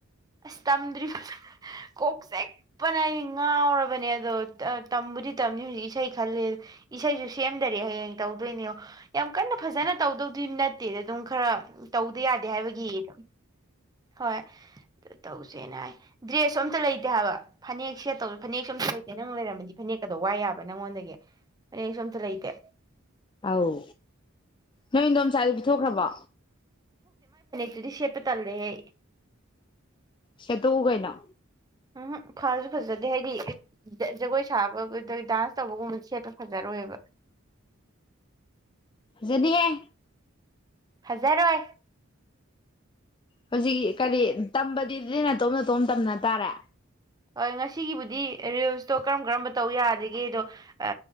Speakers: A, on the right; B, on the left.
A: ꯑꯁ ꯇꯝꯗ꯭ꯔꯤ ꯀꯣꯛ ꯆꯤꯛꯄꯅ ꯑꯩ ꯉꯥꯎꯔꯕꯅꯦ ꯑꯗꯣ ꯇ-ꯇꯝꯕꯨꯗꯤ ꯇꯝꯅꯤ ꯍꯧꯖꯤꯛ ꯏꯁꯩ ꯈꯂꯤ ꯏꯁꯩꯁꯨ ꯁꯦꯝꯗꯔꯤ ꯍꯌꯦꯡ ꯇꯧꯗꯣꯏꯅꯦ ꯌꯥꯝ ꯀꯟꯅ ꯐꯖꯅ ꯇꯧꯗꯧꯗꯤ ꯅꯠꯇꯦ ꯑꯗꯨꯝ ꯈꯔꯥ ꯇꯧꯗ ꯌꯥꯗꯦ ꯍꯥꯏꯕꯒꯤ ꯍꯣꯏ ꯇꯧꯁꯦꯅ ꯍꯥꯏ ꯗ꯭ꯔꯦꯁꯁꯨ ꯑꯝꯇ ꯂꯩꯇꯦ ꯍꯥꯏꯕ ꯐꯅꯦꯛ ꯁꯦꯠꯇꯧ ꯐꯅꯦꯛꯁꯨ ꯑꯝꯇ ꯂꯩꯇꯦ ꯅꯪ ꯂꯩꯔꯝꯃꯗꯤ ꯐꯅꯦꯛꯀꯗꯣ ꯋꯥꯏ ꯌꯥꯕ ꯅꯪꯉꯣꯟꯗꯒꯤ ꯐꯅꯦꯛꯁꯨ ꯑꯝꯇ ꯂꯩꯇꯦ
B: ꯑꯧ ꯅꯣꯏ ꯏꯟꯗꯣꯝ ꯆꯥꯏꯗꯣ ꯄꯤꯊꯣꯛꯈ꯭ꯔꯕꯣ
A: ꯗꯨꯗꯤ ꯁꯦꯠꯄ ꯇꯜꯂꯦꯍꯦ
B: ꯁꯦꯠꯇꯣꯛꯎ ꯀꯩꯅꯣ
A: ꯎꯝ ꯍꯨꯝ ꯐꯥꯁꯨ ꯐꯖꯗꯦ ꯍꯥꯏꯗꯤ ꯖ-ꯖꯒꯣꯏ ꯁꯥꯕꯒꯗ ꯗꯥꯟꯁ ꯇꯧꯕꯒꯨꯝꯕꯗ ꯁꯦꯠꯄ ꯐꯖꯔꯣꯏꯕ
B: ꯐꯖꯗꯦꯍꯦ
A: ꯐꯖꯔꯣꯏ
B: ꯍꯧꯖꯤꯛ ꯀꯔꯤ ꯇꯝꯕ <unintelligible> ꯅꯇꯣꯝ ꯅꯇꯣꯝ ꯇꯝꯅ ꯇꯥꯔꯦ
A: ꯑ ꯉꯁꯤꯒꯤꯕꯨꯗꯤ ꯔꯤꯜꯁꯇꯣ ꯀꯔꯝ ꯀꯔꯝꯕ ꯇꯧ ꯌꯥꯗꯒꯦ ꯗꯣ ꯑ